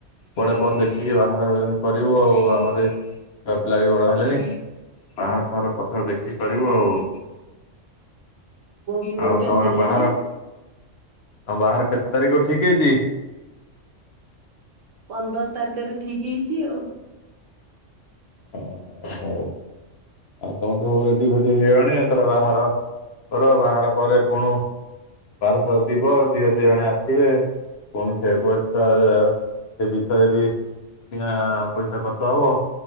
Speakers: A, on the left; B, on the right.
A: ପରେ କଣ ଦେଖିକି ବାହାଘର କରିବୁ ଆଉ। ଆମର ଏ ଛୁଆପିଲା ବି ବଡ ହେଲେଣି। ବାହାଘର ଫାହାଘର ପଛରେ ଦେଖିକି କରିବୁ ଆଉ।
B: ପୁଅକୁ ଗୋଟେ
A: ଆଉ ତମର
B: ଚେନ୍
A: ବାହାଘର ତମ ବାହାଘର କେତେ ତାରିଖକୁ ଠିକ୍ ହେଇଚି?
B: ପନ୍ଦର ତାରିକେରେ ଠିକ ହେଇଚି ଆଉ।
A: ଓହୋ ହଉ ଆଉ ତମର ତ ରେଡି ଫେଡି ହେଇଗଲଣି ତାହଲେ ବାହାଘର କର ବାହାଘର ପରେ ପୁ-ଭାରଫାର ଯିବ ଝିଅ ଝିଆଣିଆ ଆସିବେ। ପୁଣ ସେ ପଇସା ସେ ବିଷୟରେ ବି କିଣା ପଇସା ଖର୍ଚ୍ଚ ହବ।